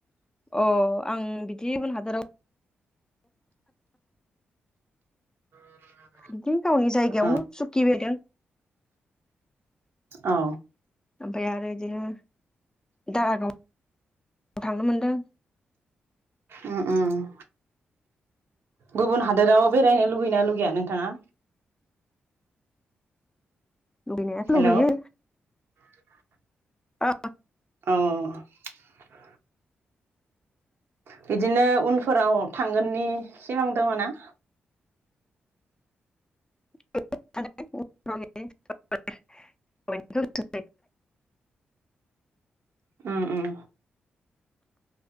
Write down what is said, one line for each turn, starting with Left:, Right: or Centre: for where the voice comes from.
Left: अ आं बिदि गुबुन हादराव
Right: <inaudible>
Left: बिदिनो गावनि जायगायावनो
Right: औ
Left: सुखिबायदों
Right: औ
Left: ओमफ्राय आरो बिदिनो <unintelligible> थांनो मोनदों
Right: उम उम गुबुन हादोराव बेरायनो लुगैना लुगैया नोंथाङा
Left: लुगैनायाथ'
Right: हेलौ
Left: लुगैयो
Right: <inaudible>
Left: आ
Right: औ बिदिनो उनफोराव थांगोननि सिमां दङ'ना?
Left: <unintelligible>
Right: उम उम